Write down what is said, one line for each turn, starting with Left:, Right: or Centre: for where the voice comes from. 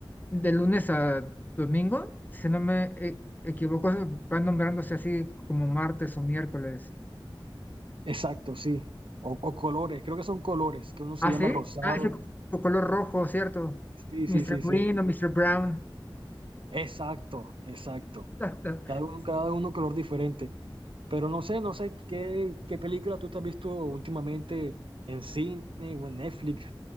Left: de lunes a domingo, si no me e- equivoco, se van nombrándose así como martes o miércoles.
Right: Exacto, sí. O, o colores, creo que son colores, que uno se
Left: Ah,
Right: llama
Left: sí.
Right: rosado.
Left: Ah, ese co- co- color rojo, ¿cierto?
Right: Sí,
Left: Mr.
Right: sí, sí,
Left: Green
Right: sí.
Left: o Mr. Brown.
Right: Exacto, exacto.
Left: <laughs>
Right: Cada uno, cada uno color diferente. Pero no sé, no sé qué, qué película tú te has visto últimamente en cine o en Netflix.